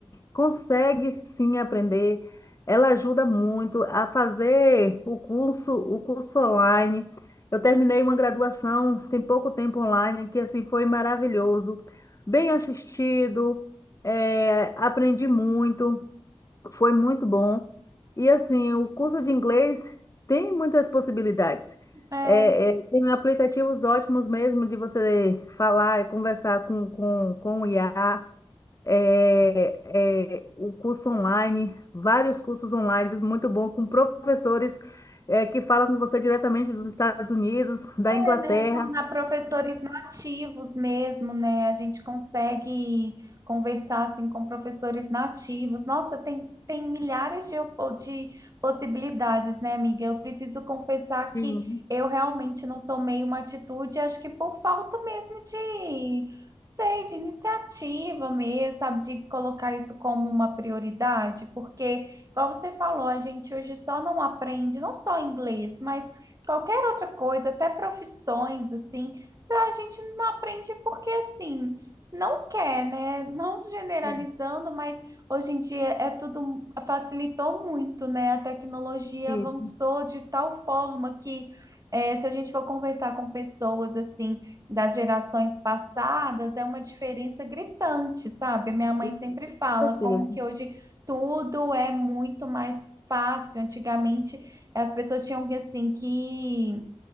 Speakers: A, on the left; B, on the right.
A: consegue sim aprender. Ela ajuda muito a fazer o curso, o curso online. Eu terminei uma graduação tem pouco tempo online, que assim foi maravilhoso, bem assistido, eh, aprendi muito. Foi muito bom. E assim, o curso de inglês tem muitas possibilidades.
B: É,
A: É, é, tem aplicativos ótimos mesmo de você falar e conversar com, com, com o IA. É, é, o curso online, vários cursos online muito bom com professores é, que falam com você diretamente dos Estados Unidos, da
B: É,
A: Inglaterra.
B: né, formar professores nativos mesmo, né? A gente consegue conversar assim com professores nativos. Nossa, tem, tem milhares de, opo- de possibilidades, né, amiga? Eu preciso confessar
A: Sim,
B: que eu realmente não tomei uma atitude, acho que por falta mesmo de, sei, de iniciativa mesmo, sabe? De colocar isso como uma prioridade, porque, igual você falou, a gente hoje só não aprende, não só inglês, mas qualquer outra coisa, até profissões, assim, a gente não aprende é porque, assim, não quer, né? Não generalizando,
A: é,
B: mas hoje em dia é tudo, facilitou muito, né? A tecnologia
A: isso,
B: avançou de tal forma que, eh, se a gente for conversar com pessoas, assim, das gerações passadas, é uma diferença gritante, sabe? Minha mãe
A: isso,
B: sempre fala
A: com certeza,
B: como que hoje tudo é muito mais fácil. Antigamente, as pessoas tinham que, assim, que